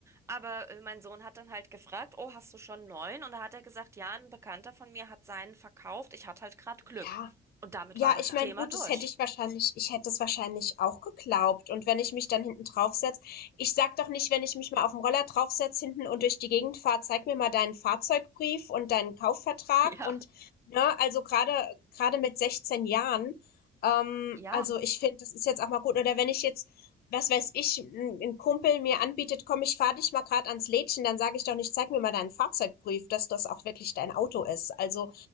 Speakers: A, on the right; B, on the left.
A: Aber äh, mein Sohn hat dann halt gefragt, oh, hast du schon einen neuen? Und da hat er gesagt, ja, ein Bekannter von mir hat seinen verkauft. Ich hatte halt gerade Glück.
B: Ja.
A: Und damit
B: Ja,
A: war das
B: ich meine,
A: Thema
B: gut,
A: durch.
B: das hätte ich
A: <laughs>
B: wahrscheinlich ich hätte es wahrscheinlich auch geglaubt. Und wenn ich mich dann hinten draufsetz, ich sage doch nicht, wenn ich mich mal auf dem Roller draufsetz hinten und durch die Gegend fahre: „Zeig mir mal deinen Fahrzeugbrief und deinen Kaufvertrag“
A: Ja,
B: und ne, also gerade gerade mit 16 Jahren. Ähm,
A: ja,
B: also, ich finde, das ist jetzt auch mal gut. Oder wenn ich jetzt, was weiß ich, ein 'n Kumpel mir anbietet: „Komm, ich fahre dich mal gerade ans Lädchen“, dann sage ich doch nicht: „Zeig mir mal deinen Fahrzeugbrief“, dass das auch wirklich dein Auto ist. Also